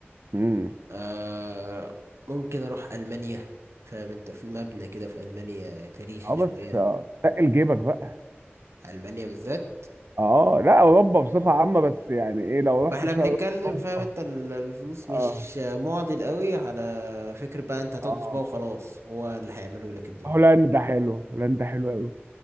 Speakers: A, on the right (about 60°); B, on the right (about 90°).
A: امم
B: آه ممكن اروح المانيا فاهم انت في مبنى كده في المانيا تاريخي
A: اه
B: شويه
A: بس آه، تقل جيبك بقى
B: المانيا بالذات
A: اه لا اوروبا بصفه عامه بس يعني ايه لو
B: ما
A: رحت
B: احنا
A: شرق
B: بنتكلم
A: اوروبا
B: فاهم انت ال- الفلوس مش
A: اه
B: معضل قوي على فكره بقى انت هتدقص
A: اه
B: بقى وخلاص هو اللي هيعمله لك الدنيا
A: هولندا حلوه هولندا حلوه قوي